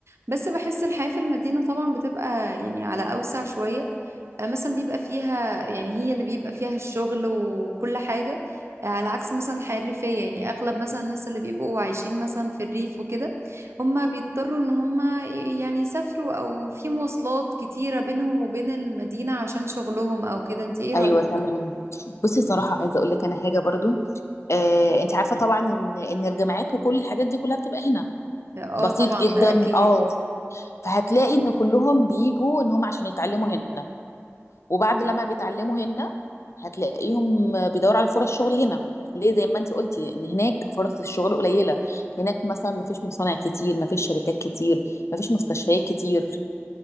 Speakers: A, on the right; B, on the left.
A: بس بحس الحياة في المدينة طبعا بتبقى يعني على أوسع شوية آه، مثلا بيبقى فيها يعني هي اللي بيبقى فيها الشغل وكل حاجة آه، على عكس مثلا الحياة الريفية يعني أغلب مثلا الناس اللي بيبقوا عايشين مثلا في الريف وكده هم بيضطروا إن هم ي- يعني يسافروا أو في مواصلات كتيرة بينهم وبين المدينة عشان شغلهم أو كده أنت إيه رأيك؟
B: أيوة تمام بصي صراحة عايزة أقول لك أنا حاجة برضو آه أنت عارفة طبعا إن إن الجامعات وكل الحاجات دي كلها بتبقى هنا
A: آه
B: بسيط
A: طبعا
B: جدا
A: ده أكيد
B: اه فهتلاقي ان كلهم بيجوا ان هم عشان يتعلموا هنا وبعد لما بيتعلموا هنا هتلاقيهم بيدوروا على فرص شغل هنا ليه زي ما انت قلتي ان هناك فرص الشغل قليله هناك مثلا مفيش مصانع كتير مفيش شركات كتير مفيش مستشفيات كتير